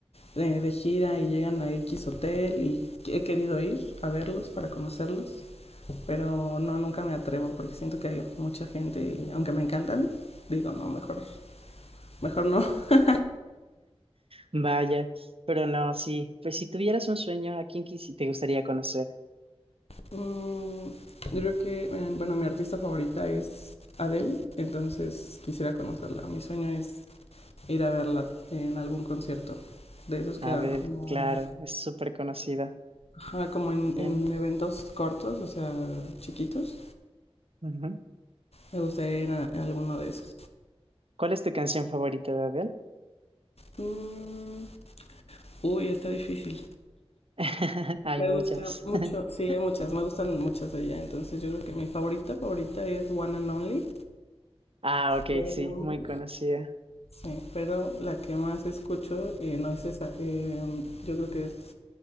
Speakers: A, on the left; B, on the right.
A: eh, de gira y llegan a X hotel y que- he querido ir a verlos para conocerlos, pero no, nunca me atrevo porque siento que hay mucha gente y aunque me encantan, digo, no, mejor, mejor no. <laughs>
B: Vaya, pero no, sí, pues si tuvieras un sueño, ¿a quién quisi- te gustaría conocer?
A: Mm, yo creo que, eh, bueno, mi artista favorita es Adele, entonces quisiera conocerla. Mi sueño es ir a verla en algún concierto, de esos que
B: Abel,
A: dan como
B: claro, es súper conocida.
A: Ajá, como en,
B: Bien.
A: en eventos cortos, o sea, chiquitos.
B: ujú.
A: Me gustaría ir a, a alguno de esos.
B: ¿Cuál es tu canción favorita de Abel?
A: Mm, uy, está difícil.
B: <laughs> Hay
A: Me
B: muchas.
A: gusta mucho,
B: <laughs>
A: sí, hay muchas, me gustan muchas de ella. Entonces yo creo que mi favorita, favorita es One and Only.
B: Ah, ok,
A: Pero,
B: sí, muy conocida.
A: sí, pero la que más escucho eh, no es esa. eh, yo creo que es